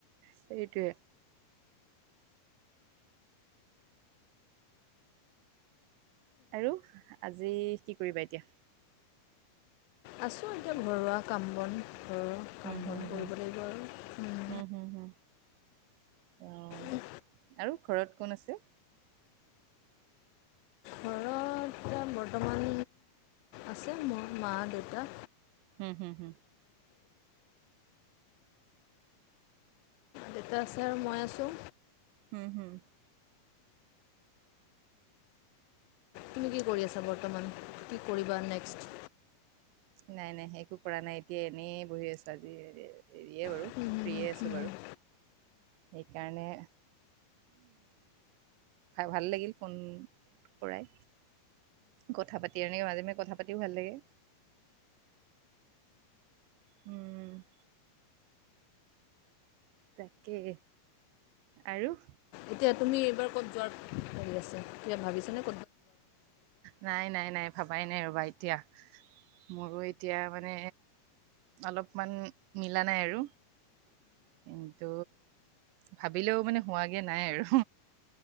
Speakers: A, on the right; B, on the left.
A: সেইটোৱে আৰু আজি কি কৰিবা এতিয়া
B: আছোঁ এতিয়া ঘৰুৱা কাম বন ঘৰৰ কাম
A: উম
B: বন
A: হম
B: কৰিব
A: হম
B: লাগিব আৰু উম,
A: হম হম হ ওৱা
B: উম
A: আৰু ঘৰত কোন আছে
B: ঘৰত বৰ্তমান আছে মোৰ মা দেউতা
A: হুম হুম হ
B: দেউতা আছে আৰু মই আছোঁ।
A: হম, হম।
B: তুমি কি? কৰি আছা বৰ্তমান কি কৰিবা নেক্সট?
A: নাই নাই একো কৰা নাই এতিয়া এনেই বহি আছো আজি, হেৰী- হেৰিয়ে বাৰু
B: নেক্সট
A: ফ্ৰিয়ে আছোঁ বাৰু- সেইকাৰণে, ভাল লাগিল ফোন কৰাই। কথা পাতি। এনে মাজে মাজে কথা পাতিও ভাল লাগে। উম। তাকে আৰু।
B: এতিয়া তুমি এইবাৰ ক'ত যোৱাৰ- ি আছে কা ভাবিছে নে <unintelligible>
A: নাই নাই নাই, ভাবাই নাই আৰু- এতিয়া, মোৰো এতিয়া মানে, অলপমান মিলা নাই আৰু, কিন্তু ভাবিলেও মানে হোৱাগে নাই আৰু